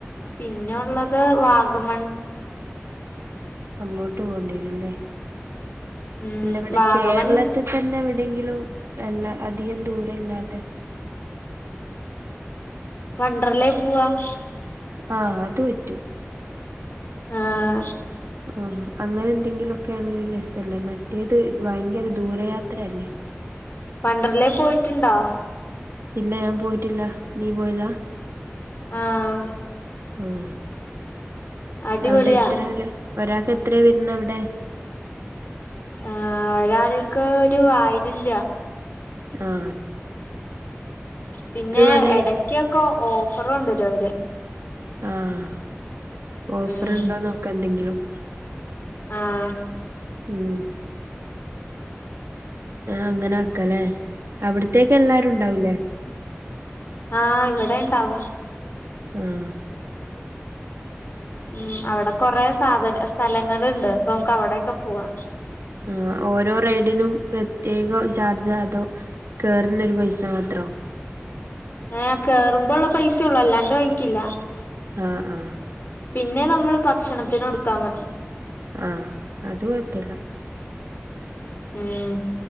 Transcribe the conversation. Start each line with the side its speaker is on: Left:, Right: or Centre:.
Left: പിന്നെ ഉള്ളത് വാഗമൺ.
Right: അങ്ങോട്ട് പോണ്ടി വരും എല്ലേ
Left: ഉം
Right: അല്ല ഇവിടെ
Left: വാഗമൺ
Right: കേരള ഇവിടെ തന്നെ എവിടെയങ്കിലും അല്ല അധികം ദൂരെ ഇല്ലാതെ
Left: വണ്ടർലയിൽ പോവാം <inaudible>
Right: ആഹ് അത് പറ്റും
Left: ആഹ്
Right: ആഹ് അങ്ങനെ എന്തെങ്കിലുമൊക്കെ ആണെങ്കിൽ രസല്ലേ മറ്റേത് ഭയങ്കര ദൂരയാത്രയല്ലേ?
Left: വണ്ടർലെ പോയിട്ടുണ്ടോ?
Right: ഇല്ല ഞാൻ പോയിട്ടില്ല. നീ പോയതാ?
Left: ആഹ് ആ
Right: ഉം
Left: അടിപൊളിയാ
Right: അവിടെ എത്ര ഒരാ ഒരാൾക്ക് എത്രയാ വരുന്നെ അവിടെ?
Left: ആഹ് ഒരാള്ക്ക് ഒരു ആയിരം രൂപ
Right: ആഹ്
Left: പിന്നെ
Right: അത് വേണേ
Left: എടക്കൊക്കെ ഓഫറ്ണ്ടോര് അവര്.
Right: ആഹ് ഓഫറ്
Left: ഉം
Right: ഇണ്ടോ നോക്ക എന്തെങ്കിലും.
Left: ആഹ്.
Right: ഉം. അങ്ങനെ ആക്ക ലെ അവിട്ത്തേക്ക് എല്ലാരും ഉണ്ടാവൂലേ
Left: ആ ഇവടെ ഇണ്ടാകും.
Right: ഉം
Left: ഉം അവടെ കൊറെ സാധന സ്ഥലങ്ങള്ണ്ട് അപ്പൊ നമുക്ക് അവിടെക്കെ പോവാ.
Right: ഉം ഓരോ റൈഡിനും പ്രത്യേകം ചാർജാ അതോ? കേർന്നൊരു പൈസ മാത്രോ
Left: ഏ കേറുമ്പോ ഉള്ള പൈസള്ളൂ അല്ലാണ്ട് വാങ്ങിക്കില്ല.
Right: ആഹ് ആഹ്.
Left: പിന്നെ നമ്മള് ഭക്ഷണത്തിന് കൊടുത്താ മതി.
Right: ആഹ് അത് കൊഴപ്പല്ല.
Left: ഉം.